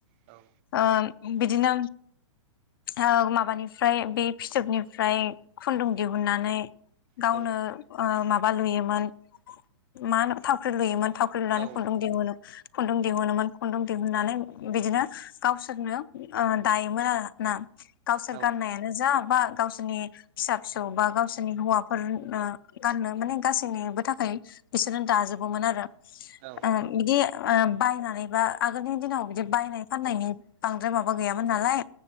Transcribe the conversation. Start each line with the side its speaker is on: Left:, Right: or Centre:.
Right: औ
Left: ओम बिदिनो ओ माबानिफ्राय बे फिथोबनिफ्राय खुन्दुं दिहु ननानै गावनो
Right: औ
Left: ओ माबा लुयोमोन मा थावख्रि लुयोमोन थाव लुनानै
Right: औ
Left: खुन्दुं दिहुनो खुन्दुं दिहुनोमोन खुन्दुं दिहुननानै बिदिनो गावसोरनो ओ दायोमोन आरो ना गावसोर
Right: औ
Left: गाननायानो जा बा गावसोरनि फिसा फि सौ बा गावसोरनि हौवाफोरनो गाननो माने गासैनिबो थाखाय बिसोरनो दाजोबोमोन आरो
Right: औ
Left: ओम बिदि ओ बायनानै बा आगोलनि दिनाव बिदि बायनाय फाननायनि बांद्राय माबा गैयामोन नालाय